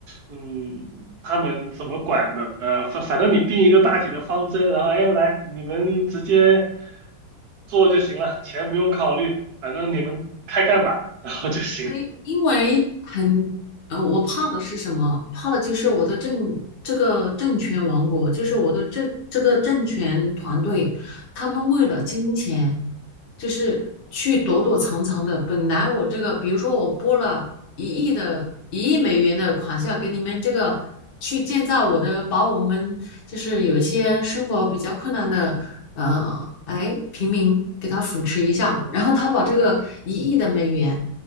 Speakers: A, on the right; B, on the left.
A: 嗯，他们怎么管的，呃，反反正你定一个大体的方针，然后哎，来，你们直接做就行了，钱不用考虑，反正你们开干吧，然后就行了。
B: 为因为很呃，我怕的是什么？怕的就是我的政这个政权王国，就是我的政这个政权团队，他们为了金钱，就是去躲躲藏藏的。本来我这个，比如说我拨了一亿的一亿美元的款项给你们这个去建造我的，把我们就是有一些生活比较困难的。呃，哎，平民给他扶持一下，
A: 嗯
B: 然后他把这个一亿的美元。